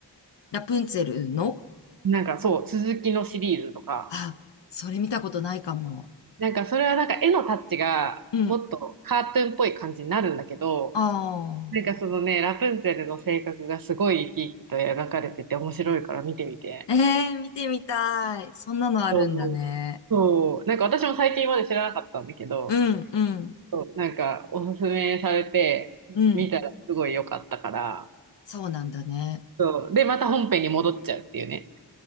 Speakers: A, on the left (about 70°); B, on the right (about 50°).
A: ラプンツェルの
B: なんかそう、続きのシリーズとか。
A: あ、それ見たことないかも。
B: なんかそれはなんか絵のタッチがもっとカートゥーンっぽい感じになるんだけど、
A: うん。ああ。
B: なんかそのね、ラプンツェルの性格がすごい生き生きと描かれてて面白いから見てみて。
A: ええー見てみたい。そんなのあるんだね。
B: そう。そう。なんか私も最近まで知らなかったんだけど、
A: うん、うん、
B: そう、なんかおすすめされて見たらすごい良かったから、
A: うん。そうなんだね。
B: そう。で、また本編に戻っちゃうっていうね。